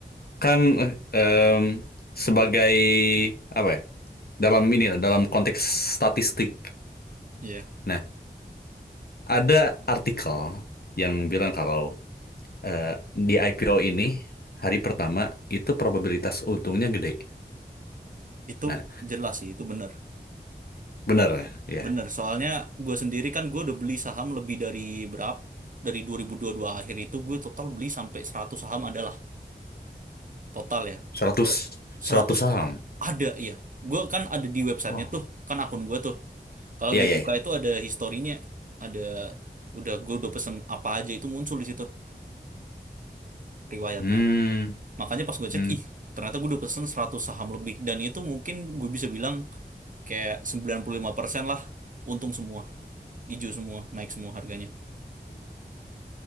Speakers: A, on the left; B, on the right.
A: Kan eh, em, sebagai, apa ya, dalam ini lah, dalam konteks statistik.
B: Iya,
A: Nah, ada artikel yang bilang kalau eh, di IPO ini hari pertama itu probabilitas untungnya gede.
B: itu
A: Nah,
B: jelas sih, itu benar
A: benar ya.
B: Bener, soalnya gue sendiri kan gue udah beli saham lebih dari berapa? Dari 2022 akhir itu gue total beli sampai 100 saham adalah total ya.
A: 100
B: Kalau
A: 100
B: 100
A: saham.
B: ada ya. Gue kan ada di websitenya
A: Wah.
B: tuh, kan akun gue tuh. Kalau
A: Iya,
B: dibuka
A: iya, iya.
B: itu ada historinya, ada udah gue udah pesen apa aja itu muncul di situ riwayatnya.
A: Hmm.
B: Makanya pas gue
A: hmm.
B: cek, ih ternyata gue udah pesen 100 saham lebih. Dan itu mungkin gue bisa bilang kayak 95% lah untung semua, hijau semua, naik semua harganya.